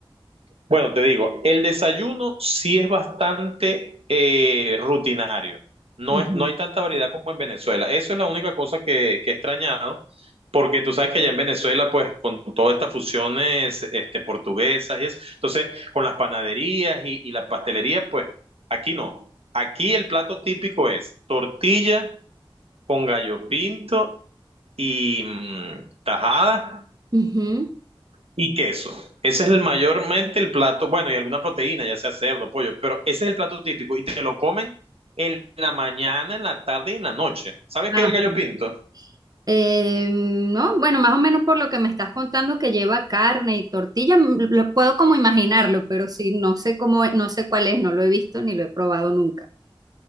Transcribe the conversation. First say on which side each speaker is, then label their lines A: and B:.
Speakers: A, on the right; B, on the right.
A: Bueno, te digo, el desayuno sí es bastante eh, rutinario. No
B: Ujú.
A: es, no hay tanta variedad como en Venezuela. Eso es la única cosa que, que he extrañado, porque tú sabes que allá en Venezuela, pues, con todas estas fusiones este, portuguesas y eso, entonces, con las panaderías y, y la pastelería, pues, aquí no. Aquí el plato típico es tortilla con gallo pinto y mm, tajada
B: Ujú.
A: y queso. Ese es el mayormente el plato, bueno, y alguna proteína, ya sea cerdo, pollo, pero ese es el plato típico y te lo comen en la mañana, en la tarde y en la noche. ¿Sabes
B: Ajá.
A: qué es el gallo pinto?
B: Eh, no, bueno, más o menos por lo que me estás contando que lleva carne y tortilla, m- lo puedo como imaginarlo, pero sí, no sé cómo, es- no sé cuál es, no lo he visto ni lo he probado nunca.